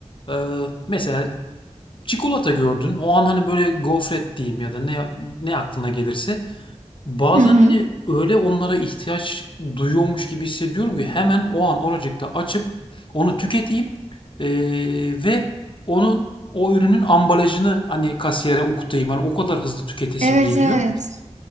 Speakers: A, on the left (about 45°); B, on the right (about 80°).
A: Ee, mesela çikolata gördün. O an hani böyle gofret diyeyim ya da ne ne aklına gelirse. Bazen
B: Hı hı.
A: hani öyle onlara ihtiyaç duyuyormuş gibi hissediyorum ki hemen o an oracıkta açıp onu tüketeyim. Ee, ve onun o ürünün ambalajını hani kasiyere okutayım. Hani o kadar hızlı tüketesim
B: Evet,
A: geliyor.
B: evet.